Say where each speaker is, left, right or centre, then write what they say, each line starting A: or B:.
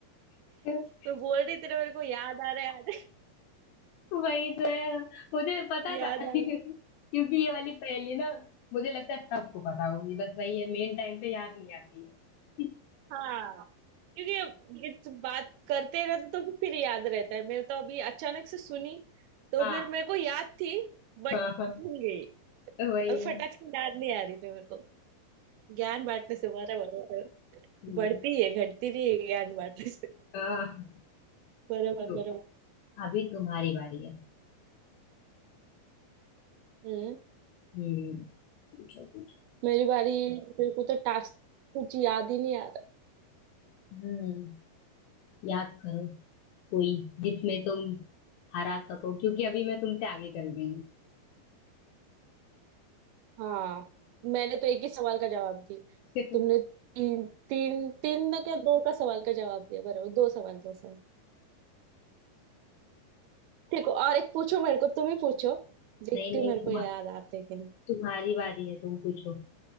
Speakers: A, on the left; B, on the right.
A: <laughs>
B: मैं बोल रही थी ना मेरे को याद आ रहा है याद आ-
A: वही तो है मुझे पता
B: याद
A: था <laughs>
B: आ
A: क्योंकि
B: रहा है
A: ये वाली पहेली ना मुझे लगता है सबको पता होगी बस वही है मेन टाइम पे याद नहीं आती है <laughs>
B: हाँ क्योंकि ये तो बात करते रहते तो तो भी फिर याद रहता है मेरे तो अभी अचानक से सुनी तो
A: हाँ
B: फिर मेरे को याद थी बट
A: हाँ हाँ
B: भूल गई
A: तो वही
B: अब फटाक
A: ना
B: से
A: <laughs>
B: याद नहीं आ रही थी मेरे को ज्ञान बांटने से बराबर
A: हम्म,
B: बढ़ती है घटती नहीं है ज्ञान बांटने से
A: हाँ
B: बराबर
A: तो
B: बराबर
A: अभी तुम्हारी बारी है
B: हम्म
A: हम्म पूछो पूछो
B: मेरी बारी मेरे को तो टास्क कुछ याद ही नहीं आ रहा
A: हम्म याद करो कोई जिसमें तुम हरा सको क्योंकि अभी मैं तुमसे आगे चल रही हूँ
B: हाँ मैंने तो एक ही सवाल का जवाब दी
A: <laughs>
B: तुमने तीन तीन तीन ना क्या दो का सवाल का जवाब दिया बराबर दो सवाल दो सवाल ठीक है और एक पूछो मेरे को तुम ही पूछो देखती
A: नहीं नहीं
B: हूँ मेरे को
A: तुम
B: याद आते हैं कि नहीं
A: तुम्हारी बारी है तुम पूछो